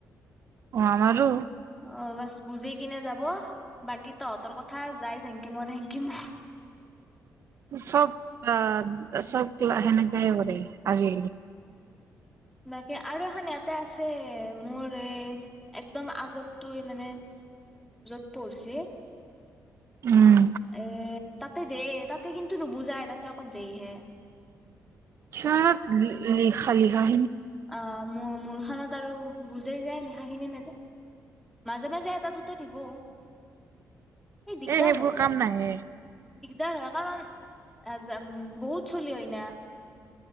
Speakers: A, on the right; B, in the centre.
A: অঁ আমাৰো
B: অ বাছ বুজি কিনে যাব বাকী তহঁতৰ কথা যাই জেংকিমৰ হেংকিমৰ
A: চব আহ চব সেনেকৈ মানে আজি
B: বাকী আৰু এখন ইয়াতে আছে মোৰ এ একদম আগতো মানে য'ত পঢ়িছে
A: উম
B: এ তাতে দেেই তাতে কিন্তু নুবুজাই তাতে অকল দে হে
A: কিছুমান নি খালি হয়
B: অঁ মোৰ মোৰ খানত আৰু বুজেই যায় লিখাখিনি নেদে মাজে মাজে এটা দুটা দিব এই দিগদাৰ
A: এ সেইবোৰ
B: হয়
A: কাম
B: দে
A: নাহে
B: দিগদাৰ হয় কাৰণ আ বহুত চলি হয়না